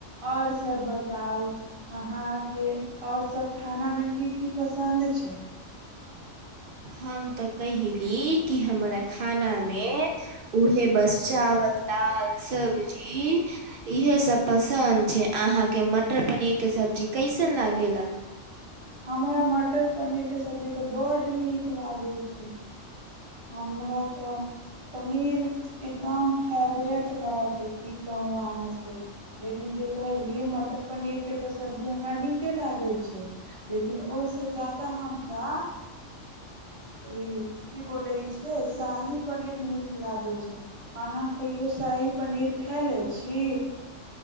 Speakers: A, on the right; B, on the right.
A: आओर सब बताउ अहाँके आओर सब खानामे की की पसन्द छै
B: हम तऽ कयली कि हमरा खानामे उह बस चावल दाल सब्जी इएहसभ पसन्द छै अहाँके मटर पनीरके सब्जी कैसन लागेा
A: हमरा मटर पनीरके सब्जी तऽ बड्ड नीक लागैत छै हमरा तऽ पनीर एकदम फेवरेट बात हइ क कहू अहाँ से लेकिन जे कहलियै मटर पनीरके तऽ सब्जी हमरा नीक के लागे छै लेकिन ओहि से ज्यादा हमरा ई की बोलै छै शाही पर्यट नीक लागै छै अहाँ कहियो शाही पनीर खा लै छी